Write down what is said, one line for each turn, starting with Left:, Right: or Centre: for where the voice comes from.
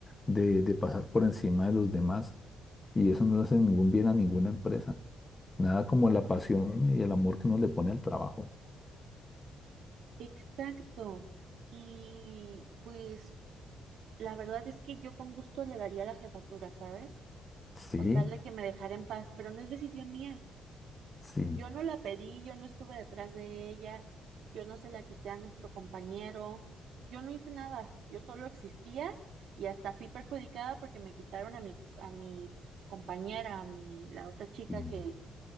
Left: de, de pasar por encima de los demás. Y eso no le hace ningún bien a ninguna empresa. Nada como la pasión y el amor que uno le pone al trabajo.
Right: Exacto. Y pues la verdad es que yo con gusto le daría la jefatura, ¿sabes?
Left: Sí,
Right: Con tal de que me dejara en paz, pero no es decisión mía.
Left: sí,
Right: Yo no la pedí, yo no estuve detrás de ella, yo no se la quité a nuestro compañero, yo no hice nada, yo solo existía y hasta fui perjudicada porque me quitaron a mi, a mi compañera, a mi, la otra chica
Left: Mm,
Right: que,